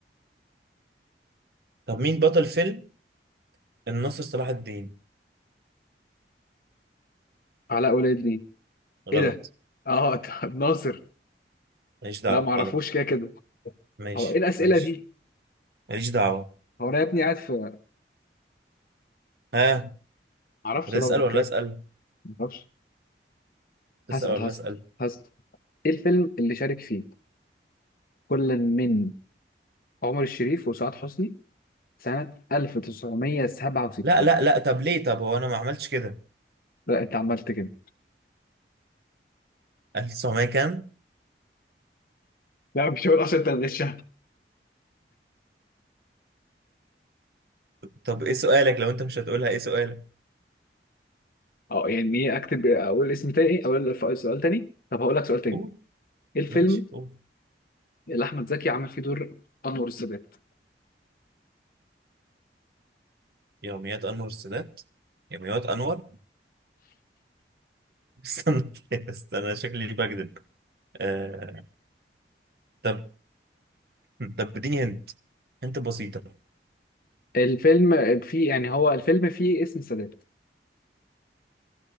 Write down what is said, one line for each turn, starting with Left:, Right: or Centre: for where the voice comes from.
Right: طب مين بطل فيلم الناصر صلاح الدين
Left: علاء ولي الدين ايه
Right: غلط
Left: ده اه <laughs> طب ناصر
Right: ماليش دعوة
Left: لا ما اعرفوش
Right: غلط
Left: كده كده
Right: ماشي
Left: هو ايه الاسئله
Right: ماشي
Left: دي
Right: ماليش دعوة
Left: هو انا يا ابني قاعد في ما
Right: ها
Left: اعرفش
Right: هتسأل
Left: طبعا
Right: ولا
Left: كده
Right: أسأل
Left: كده. ما اعرفش
Right: تسأل
Left: هسأل
Right: ولا
Left: هسأل
Right: أسأل
Left: هسأل إيه الفيلم اللي شارك فيه كل من عمر الشريف وسعاد حسني سنة 1967
Right: لا لا لا طب ليه طب هو أنا ما عملتش كده
Left: لا أنت عملت كده
Right: 1900 كام
Left: لا مش هقول اصلا انت غشها
Right: طب إيه سؤالك لو أنت مش هتقولها إيه سؤالك
Left: أه يعني إيه أكتب أقول اسم تاني أقول ف- سؤال تاني طب هقول لك سؤال تاني
Right: قول
Left: إيه الفيلم
Right: ماشي قول
Left: اللي أحمد زكي عمل فيه دور أنور السادات
Right: يوميات أنور السادات يوميات أنور <laughs> استنى استنى شكلي بكذب آه... طب طب اديني هنت هنت بسيطة
Left: الفيلم فيه يعني هو الفيلم فيه اسم السادات